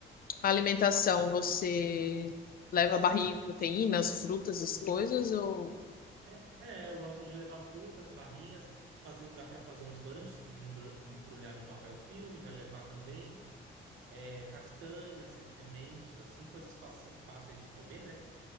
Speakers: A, on the left (about 50°); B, on the right (about 85°).
A: a alimentação, você leva barrinha de proteínas, frutas, as coisas ou
B: É, é, eu gosto de levar frutas, barrinhas, fazer, dá para fazer uns lanches e embru- embrulhar no papel filme, né? Levar também é, castanhas, sementes, assim, coisas faci- fáceis de comer, né?